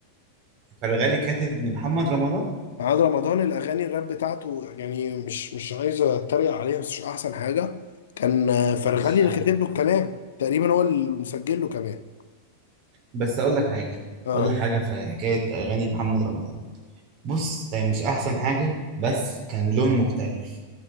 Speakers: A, on the right; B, on the left.
A: فرغالي كاتب لمحمد رمضان
B: محمد رمضان الاغاني الراب بتاعته يعني مش مش عايز اتريق عليها بس مش احسن حاجه كان آه، فرغلي
A: مش أه.
B: اللي كاتب له الكلام تقريبا هو اللي مسجل له كمان
A: بس اقول لك حاجه
B: اه
A: اقول لك حاجه في حكايه اغاني محمد رمضان بص هي مش احسن حاجه بس كان لون مختلف